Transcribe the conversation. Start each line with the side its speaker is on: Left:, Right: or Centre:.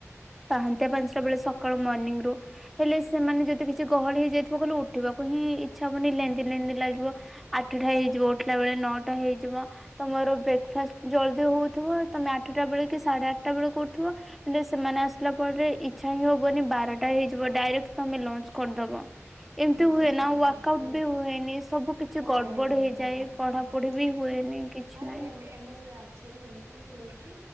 Centre: ପାହାନ୍ତି ପାଞ୍ଚଟା ବେଳେ ସକାଳୁ ମର୍ଣିିଂ ରୁ ହେଲେ ସେମାନେ ଯଦି କିଛି ଗହଳି ହେଇଯାଇଥିବ କହିଲଲେ ଉଠିବାକୁ ହିଁ ଇଚ୍ଛା ହବନି ଲେନ୍ନ୍ଦି ଲେନ୍ଦି ଲାଗିବ ଆଠଟା ହେଇଯିବ ଉଠିଲା ବେଳେ ନଅଟା ହେଇଯିବ ତମର ବ୍ରେକ୍ଫାଷ୍ଟ ଜଲ୍ଦି ହଉଥିବ ତମେ ଆଠଟା ବେଳେ କି ସାଢେ ଆଠ ଟା ବେ କରୁଥିବ ହେଲେ ସେମାନେ ଆସିଲା ପରେ ଇଛା ହିଁ ହବନି ବାରଟା ହେଇଯିବ ଡାଇକ୍ମେ ଲଞ୍ଚ କରିଦବ। ଏମିତି
Right: ହ
Centre: ହୁଏ
Right: ହ
Centre: ନା ୱାର୍କଆଉଟ
Right: ହ
Centre: ବି ହୁଏନି ସବୁ କିଛି
Right: ହଏ
Centre: ଗଡବଡ
Right: ହଏ
Centre: ହେଇଯାଏ
Right: ହ
Centre: ପଢାପଢି
Right: ହ ହ
Centre: ବି ହୁଏନି କିଛି
Right: ଆରେ
Centre: ନାହିଁ
Right: ଏ ଏମକ୍ଚୁଲି ଏମତି ହେଛି।।